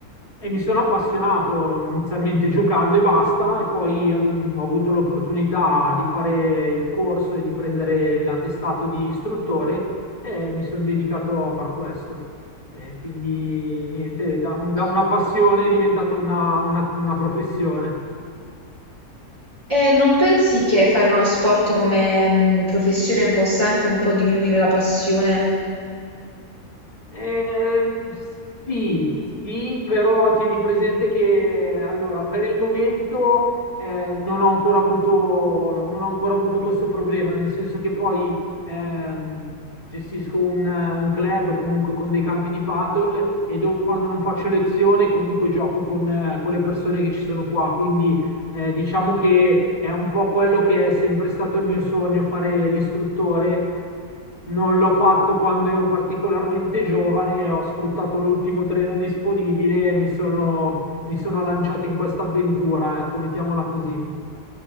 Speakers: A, on the left; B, on the right.
A: e mi sono appassionato inizialmente giocando e basta, e poi ave- ho avuto l'opportunità di fare il corso e di prendere l'attestato di istruttore e mi sono dedicato a far questo. Eh, quindi niente, da, un- da una passione è diventata una una- una professione.
B: E non pensi che fare uno sport come mm, professione possa anche un po' diminuire la passione?
A: Ehm, sì, sì, però tieni presente che allora, per il momento eh, non ho ancora avuto, non ho ancora avuto questo problema, nel senso che poi ehm, gestisco un, un club comunque con dei campi di paddle e do- quando non faccio lezione comunque gioco con, eh, con le persone che ci sono qua, quindi eh, diciamo che è un po' quello che è sempre stato il mio sogno, fare l'istruttore non l'ho fatto quando ero particolarmente giovane, ho sfruttato l'ultimo treno disponibile e mi sono, mi sono lanciato in questa avventura, ecco, mettiamola così.